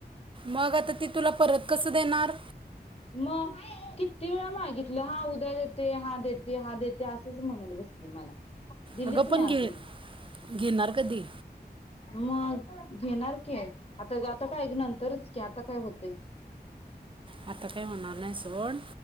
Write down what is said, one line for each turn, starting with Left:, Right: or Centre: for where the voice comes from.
Right: मग आता ती तुला परत कसं देणार?
Left: मग किती वेळा मागितलं. हा उद्या देते, हा देते, हा देते असंच म्हणत बसली मला. दिलीच
Right: अगं पण
Left: नाही अजून.
Right: घे घेणार कधी?
Left: मग घेणार की, आता आता काय नंतरच की आता काय होतय.
Right: आता काय होणार नाही सोड.